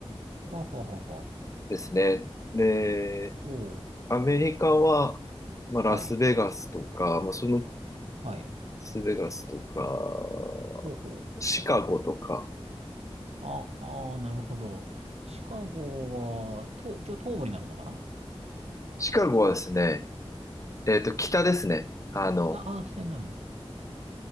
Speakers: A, on the right (about 75°); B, on the left (about 30°).
A: ほうほうほうほ
B: ですね。で、
A: う。おう。
B: アメリカは、まあ、
A: はい。
B: ラスベガスとか、まあ、その、ラ
A: はい。
B: スベガスとか、
A: ほうほう。
B: シカゴとか。
A: ああ、なるほど。シカゴは、と、一応東部になるのかな
B: シカゴはですね、
A: ラス
B: えっと、北ですね。あの、
A: 北、ああ、北になる。